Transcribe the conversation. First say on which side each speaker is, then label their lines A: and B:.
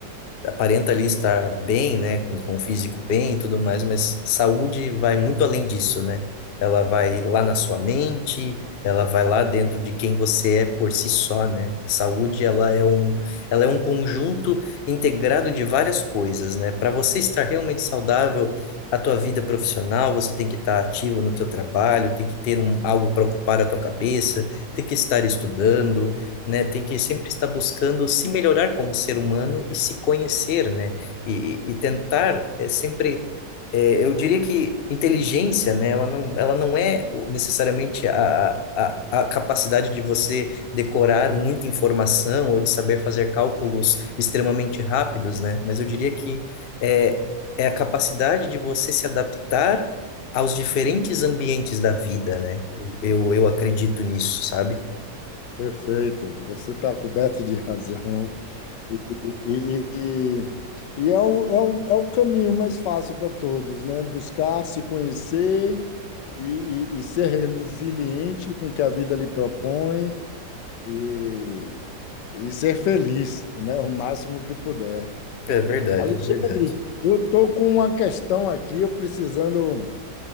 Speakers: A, on the left (about 65°); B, on the left (about 80°).
A: aparenta ali estar bem, né, com, com o físico bem e tudo mais, mas saúde vai muito além disso, né? Ela vai lá na sua mente, ela vai lá dentro de quem você é por si só, né? Saúde, ela é um, ela é um conjunto integrado de várias coisas, né? Para você estar realmente saudável, a tua vida profissional, você tem que estar ativo no teu trabalho, tem que ter um, algo para ocupar a tua cabeça, tem que estar estudando, né? Tem que sempre estar buscando se melhorar como ser humano e se conhecer, né? E, e tentar é sempre, é, eu diria que inteligência, né? Ela não, ela não é o- necessariamente a, a, a capacidade de você decorar muita informação ou de saber fazer cálculos extremamente rápidos, né? Mas eu diria que é, é a capacidade de você se adaptar aos diferentes ambientes da vida, né? Eu, eu eu acredito nisso, sabe?
B: Perfeito, você está coberto de razão. E, e- e- e é o, é o, é o caminho mais fácil para todos, né? Buscar se conhecer e, e- e ser resiliente com o que a vida lhe propõe e, e ser feliz, né? O máximo que puder.
A: É verdade,
B: Alexandre,
A: é verdade.
B: eu estou com uma questão aqui, eu precisando,